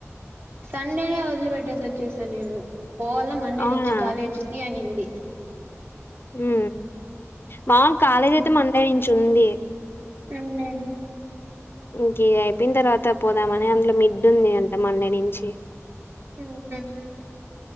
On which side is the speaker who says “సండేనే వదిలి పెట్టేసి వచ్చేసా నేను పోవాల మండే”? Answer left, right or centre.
Right